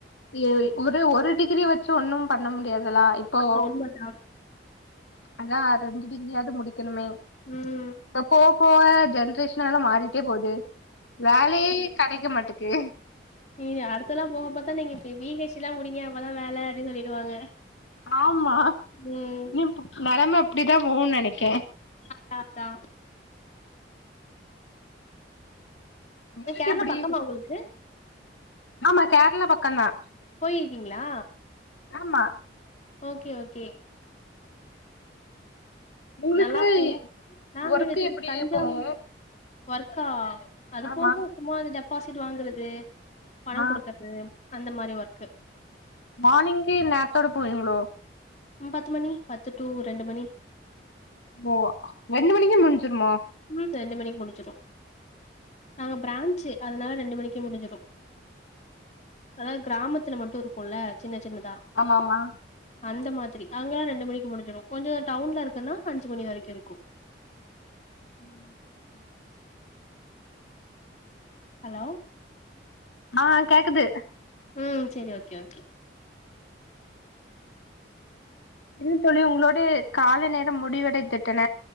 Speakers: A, on the left; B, on the left.
A: எ ஒரு ஒரு டிகிரி வச்சு ஒன்னும் பண்ண முடியாாதல்லா இப்போ
B: உண்மைதா
A: அதா ரெண்டு டிகிரியாவது முடிக்கணுமே
B: ம்
A: இப்ப போவ போவ ஜென்ரேஷன்ல்லா மாறிட்டே போது வேலையே கெடைக்க மாட்டுக்கு
B: நீ அடுத்தெல்லா போகப்பாத்தா நீங்க பி ஹைச் டி எல்லா முடிங்க அப்பதா வேல அப்டி சொல்லிடுவாங்க
A: ஆமா
B: ம்
A: இப் நெலம அப்டிதா போவு நெனைக்கே
B: அதா அதா
A: உங்ளுக்கு
B: இந்த கேரளா
A: எப்படி,
B: பக்கமா உங்களுக்கு
A: ஆமா கேரளா பக்கந்தா
B: போயிருக்கீங்ளா
A: ஆமா
B: ஓகே ஓகே
A: உங்களுக்கு
B: நல்லா இருக்குல்ல நாங்க
A: ஒர்க்கு
B: திரு
A: எப்டி
B: தஞ்சாவூர்
A: போவு
B: ஒர்க்கா அது
A: ஆமா
B: போகு சும்மா அந்த டெபாசிட் வாங்கறது பணம்
A: ஆ
B: குடுக்க து அந்த மாரி ஒர்க்கு
A: மார்னிங்கு நேர்த்தோட போவீங்ளோ
B: ம் பத்து மணி பத்து டு ரெண்டு மணி
A: ஓ ரெண்டு மணிக்கே முடிஞ்சிருமா
B: ம் ரெண்டு மணிக்கு முடிஞ்சிரு நாங்க பிராஞ்சு அதனால ரெண்டு மணிக்கு முடிஞ்சிரு அதா கிராமத்துல மட்டு இருக்குல்ல சின்ன சின்னதா
A: ஆமா ஆமா
B: அந்த மாதிரி அங்கல்லா ரெண்டு மணிக்கு முடிஞ்சிடு கொஞ்சோ டவுன்ல இருக்குன்னா அஞ்சு மணி வரைக்கு இருக்கு
A: ம்
B: ஹலோ
A: ஆ கேக்குது
B: ம் சேரி ஓகே ஓகே
A: என்ன தோழி உங்களோடு காலை நேரம் முடிவடைந்திட்டன